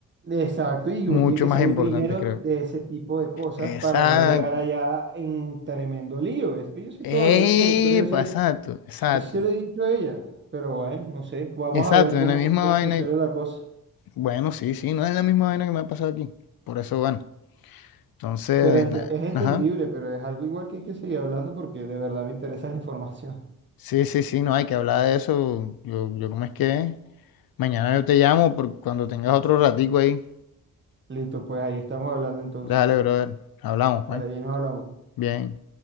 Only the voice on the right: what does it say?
Exacto, y
uno tiene que
salir
primero
de ese tipo de cosas
para no llegar allá en tremendo lío. Es que yo sé
todo, yo lo entiendo, pero yo sé,
yo sí se lo he dicho a ella, pero bueno, no sé, vamos
a ver cómo,
cómo
funciona la cosa.
Pero ente-
es entendible,
pero es algo igual que hay que seguir hablando porque de verdad me interesa la información.
Listo, pues ahí estamos hablando entonces.
Vale, ahí nos hablamos.